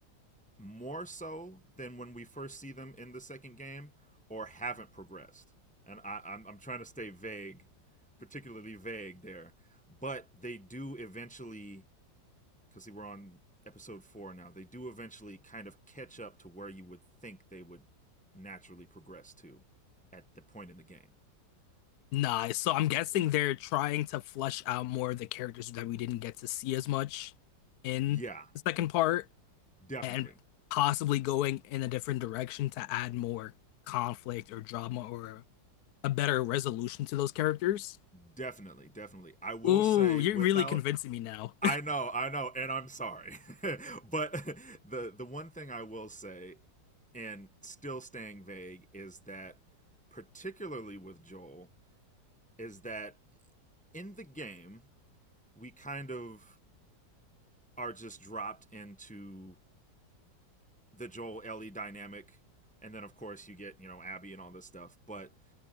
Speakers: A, in the centre; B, on the left.
A: more so than when we first see them in the second game or haven't progressed. And I, I'm, I'm trying to stay vague, particularly vague there. But they do eventually, because we're on episode four now, they do eventually kind of catch up to where you would think they would naturally progress to at the point in the game.
B: Nah, so I'm guessing they're trying to flesh out more of the characters that we didn't get to see as much in
A: Yeah,
B: the second part,
A: definitely.
B: and possibly going in a different direction to add more conflict or drama or a better resolution to those characters.
A: Definitely. Definitely. I will
B: Ooh,
A: say,
B: you're
A: without
B: really convincing me now.
A: I know, I know, and I'm sorry. <laughs> but the the one thing I will say and still staying vague is that particularly with Joel is that in the game we kind of are just dropped into the Joel Ellie dynamic and then of course you get, you know, Abby and all this stuff, but